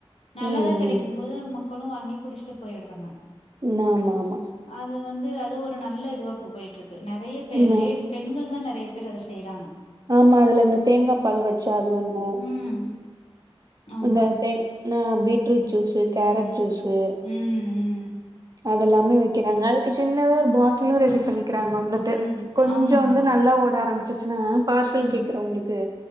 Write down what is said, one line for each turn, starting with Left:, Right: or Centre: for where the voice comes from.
Left: நல்லதா
Right: ம்
Left: கெடைக்கும்போது
Right: ம் ம்
Left: மக் களு வாங்கி குடிச்ட்டு போய்ட்றாங்க
Right: நா மாமா
Left: அதுவந்து அது ஒரு நல்ல இதுவா ப்ப போய்ட்ருக்கு நெறய பேர்
Right: ம்
Left: லேடி பெண்கள் தா நெறய பேர் அத செய்றாங்க
Right: ஆமா அதுலஇந்த தேங்கா பால் வச்சு அதுஒண்ணு
Left: ம் ஆமா
Right: இந்த தேங் நா பீட்ரூட்ஜூஸூ கேரட்
Left: ம்
Right: ஜூஸூ
Left: ம் ம்
Right: அதெல்லாமே வக்கிறாங்க அதுக்கு சின்னதா ஒரு பாட்டிலு ரெடி பண்ணி கிறாங்க வந்துட்டு
Left: ம்
Right: கொஞ்சவந்து
Left: ஆமா ஆமா
Right: நல்லா
Left: ஆமா
Right: ஓட ஆரமிச்சுச்னா பார்சல்
Left: ம்
Right: கேக்குறவங்ளுக்கு